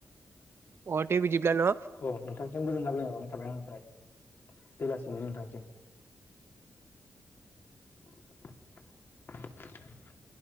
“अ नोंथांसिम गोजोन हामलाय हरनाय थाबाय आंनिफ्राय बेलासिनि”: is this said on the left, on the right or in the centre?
Left